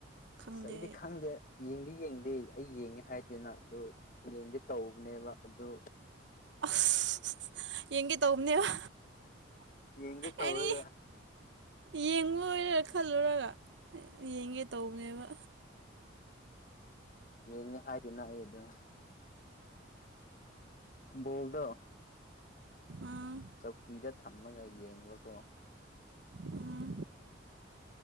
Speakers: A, on the right; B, on the left.
A: ꯈꯪꯗꯦ
B: ꯑꯁ ꯑꯩꯗꯤ
A: ꯑꯩ
B: ꯈꯪꯗꯦ ꯌꯦꯡꯗꯤ ꯌꯦꯡꯗꯦ ꯑꯩ ꯌꯦꯡꯉꯦ ꯍꯥꯏꯗꯦꯅ ꯑꯗꯨ ꯌꯦꯡꯉꯦ ꯇꯧꯕꯅꯦꯕ ꯑꯗꯨ
A: ꯑꯁ ꯌꯦꯡꯒꯦ ꯇꯧꯕꯅꯦꯕ
B: ꯌꯦꯡꯒꯦ ꯇꯧꯔꯒ
A: ꯑꯩꯗꯤ ꯌꯦꯡꯉꯣꯏꯔ ꯈꯜꯂꯨꯔꯒ ꯌꯦꯡꯒꯦ ꯇꯧꯕꯅꯦꯕ
B: ꯌꯦꯡꯉꯦ ꯍꯥꯏꯗꯦꯅ ꯑꯩꯗꫭ ꯕꯣꯜꯗꯣ
A: ꯑꯥ
B: ꯆꯧꯀꯤꯗ ꯊꯝꯃꯒ ꯌꯦꯡꯕꯀꯣ
A: ꯎꯝ